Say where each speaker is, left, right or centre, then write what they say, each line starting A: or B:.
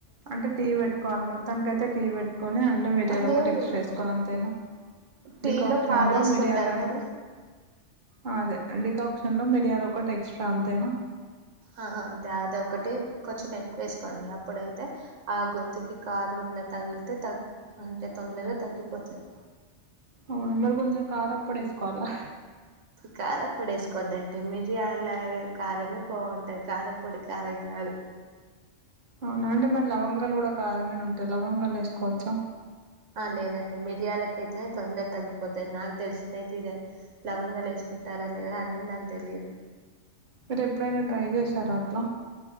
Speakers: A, on the right; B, on the right.
A: అంటే టీ పెట్కోవాలి మొత్తానికైతే టీ పెట్టుకొని అల్లం మిరియాలు
B: లేదు
A: ఒకట్ టెక్స్ట్ వేసుకోవాలి అంతేనా
B: టీలో
A: డికక్షన్
B: పాలేసుకుంటాం
A: లా మిర్యాలని
B: కదా
A: ఆ అదే డికాక్షన్ లో మిరియాలొకటి ఎక్స్ట్రా అంతేనా
B: ఆ అంతే అదొకటి కొంచెం ఎక్కువేసుకోండి అప్పుడైతే ఆ గొంతుకి కారం అలా తగిలితే తగ్ అంటే తొందరగా తగ్గిపోతది
A: అవును మరి కొంచెం కారప్పొడేసుకోవాలా
B: కారప్పొడి ఏసుకోద్దండి మిరియాల కారమే బావుంటది కారపొడి కారం కా కాదు
A: అవునా అంటే మరి లవంగాలు కూడా కారంగానే ఉంటాయి లవంగాలు ఏసుకోవచ్చా
B: ఆ లేదండి మిరియాలకు అయితేనే తొందర తగ్గిపోతాయి నాకు తెలిసిందైతే ఇదే లవంగాలేసు కంట్టారా లేదా అనేది నాకు తెలీదు
A: మీరు ఎప్పుడైనా ట్రై చేశారా అట్లా